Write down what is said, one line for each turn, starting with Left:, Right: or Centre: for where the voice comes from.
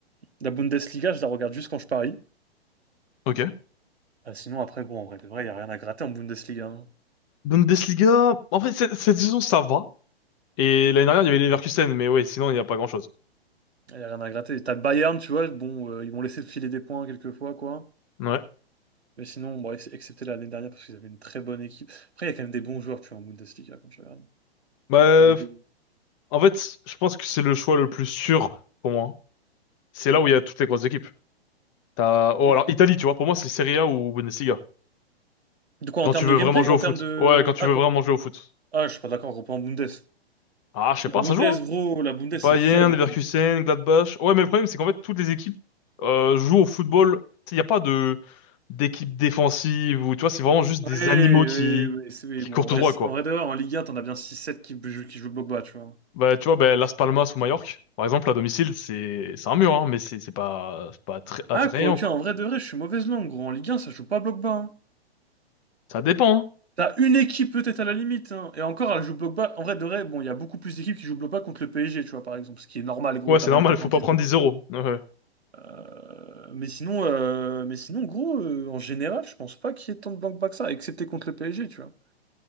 Right: la Bundesliga, je la regarde juste quand je parie.
Left: Ok.
Right: Ah, sinon, après, gros, en vrai, de vrai, il n'y a rien à gratter en Bundesliga. Hein.
Left: Bundesliga, en fait, cette, cette saison, ça va. Et l'année dernière, il y avait Leverkusen, mais ouais, sinon, il n'y a pas grand-chose.
Right: Il n'y a rien à gratter. T'as Bayern, tu vois, bon, euh, ils m'ont laissé filer des points quelquefois, quoi.
Left: Ouais.
Right: Mais sinon, bon, ex- excepté l'année dernière, parce qu'ils avaient une très bonne équipe. Après, il y a quand même des bons joueurs, tu vois, en Bundesliga, quand tu regardes.
Left: Bah,
Right: T'as des... des-
Left: en fait, je pense que c'est le choix le plus sûr pour moi. C'est là où il y a toutes les grosses équipes. T'as...
Right: De
Left: Oh, alors Italie, tu vois, pour moi, c'est Serie A ou Bundesliga.
Right: de quoi,
Left: Quand
Right: en termes
Left: tu veux
Right: de gameplay?
Left: vraiment jouer
Right: En
Left: au foot.
Right: termes de...
Left: Ouais, quand tu
Right: Ah,
Left: veux
Right: quand...
Left: vraiment jouer au foot.
Right: ah je suis pas d'accord, on reprend en Bundes.
Left: Ah, je sais
Right: La
Left: pas,
Right: Bundes,
Left: ça joue, hein.
Right: gros, la Bundes,
Left: Bayern,
Right: c'est faible,
Left: Leverkusen,
Right: gros.
Left: Gladbach. Ouais, mais le problème, c'est qu'en fait, toutes les équipes euh, jouent au football. Il n'y a pas de d'équipe défensive ou tu vois, c'est vraiment juste
Right: Oui,
Left: des
Right: oui,
Left: animaux qui
Right: oui, c'est- oui.
Left: qui
Right: Bon,
Left: courent
Right: en
Left: tout
Right: vrai,
Left: droit,
Right: c'est-
Left: quoi.
Right: en vrai de vrai, en Ligue 1, t'en as bien six, sept qui, jouent- qui jouent bloc bas, tu vois.
Left: Bah, tu vois, bah, Las Palmas ou Majorque, par exemple, à domicile, c'est c'est un mur, hein, mais c'est c'est pas c'est pas attra- attrayant,
Right: Ah, quoique,
Left: quoi.
Right: en vrai de vrai, je suis mauvaise langue, gros. En Ligue 1, ça joue pas bloc bas. hein.
Left: Ça dépend. hein.
Right: T'as une équipe peut-être à la limite, hein. Et encore, elle joue bloc bas. En vrai de vrai, bon, il y a beaucoup plus d'équipes qui jouent bloc bas contre le PSG, tu vois, par exemple. Ce qui est normal, gros,
Left: Ouais,
Right: t'as
Left: c'est
Right: pas
Left: normal,
Right: envie de t'en
Left: faut
Right: prendre
Left: pas
Right: 19.
Left: prendre dix euros. <laughs> Ouais.
Right: Euh, mais sinon, euh, mais sinon, gros, euh, en général, je pense pas qu'il y ait tant de bloc bas que ça, excepté contre le PSG, tu vois.